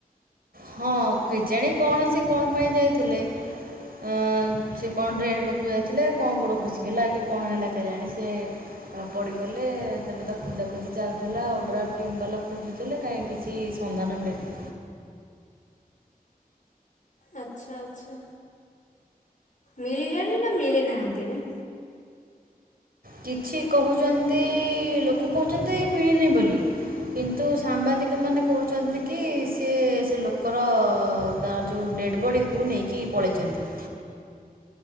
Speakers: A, on the right; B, on the left.
A: ହଁ କେଜାଣି କଣ ସେ କଣ ପାଇଁ ଯାଇଥିଲେ। ଅ ସେ କଣ ଡ୍ରେନ୍ ପାଖକୁ ଯାଇଥିଲେ କଣ ଗୋଡ ଖସିଗଲା କି କଣ ହେଲା କେଜାଣି ସେ। ଆଉ ପଡିଗଲେ ତବେ ତ ଖୋଜା ଖୋଜି ଚାଲିଥିଲା ଆଉ ଓଡ୍ରାଫ୍ ଟିମ୍ ବୋଲି। ଥିଲେ କାହିଁ କିଛି ସନ୍ଧାନ ମିଳିନି।
B: ଆଚ୍ଛା ଆଚ୍ଛା ମିଳିଲାଣି ନା ମିଳି ନାହାନ୍ତି ବି।
A: କିଛି କହୁଛନ୍ତି ଲୋକ କହୁଛନ୍ତି ଏ ମିଳିନି ବୋଲି। କିନ୍ତୁ ସାମ୍ବାଦିକ ମାନେ କହୁଛନ୍ତି କି ସିଏ ସେ ଲୋକର। ତାର ଯୋଉ ଡେଡ଼୍ ବଡ଼ିକୁ ନେଇକି ପଳାଇଛନ୍ତି।